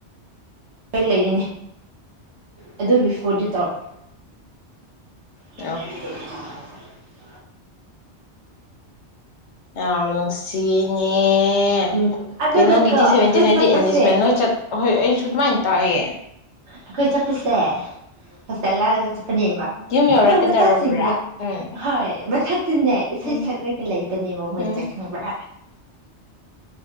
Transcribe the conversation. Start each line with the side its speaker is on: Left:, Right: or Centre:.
Right: ꯂꯩꯒꯅꯤ ꯑꯗꯨ ꯕꯤꯐꯣꯔꯗꯤ ꯇꯧꯔ <unintelligible>
Left: ꯑꯥ ꯌꯥꯝ ꯅꯨꯡꯁꯤꯅꯦ ꯑꯦ
Right: ꯎꯝ ꯑꯗꯨꯒ
Left: ꯀꯩꯅꯣꯒꯤꯗꯤ
Right: ꯀꯣ
Left: ꯁꯦꯚꯦꯟꯇꯤꯟ
Right: ꯑꯩꯈꯣꯏ
Left: ꯍꯥꯏꯗꯤ
Right: ꯆꯠꯄꯁꯦ
Left: ꯏꯪꯂꯤꯁꯃꯦꯟ ꯂꯣꯏ ꯆꯠ ꯍꯣꯏ ꯑꯩ ꯁꯨꯠꯃꯥꯏ ꯇꯌꯦ
Right: ꯑꯩꯈꯣꯏ ꯆꯠꯄꯁꯦ ꯍꯣꯁꯄꯤꯇꯥꯜ ꯂꯔꯒ ꯆꯠꯄꯅꯦꯕ
Left: ꯌꯨꯝ ꯌꯧꯔꯛꯀꯗꯧꯔꯕ꯭ꯔꯥ
Right: ꯄꯥꯈꯪ ꯃꯆꯥꯁꯤꯡꯒ
Left: ꯎꯝ
Right: ꯍꯣꯏ ꯃꯊꯛ ꯇꯟꯅꯦ ꯏꯁꯩ
Left: ꯎꯝ
Right: ꯁꯛꯂꯒ ꯂꯩꯕꯅꯦꯕ ꯃꯣꯏ
Left: ꯎꯝ
Right: ꯁꯛ ꯈꯪꯕ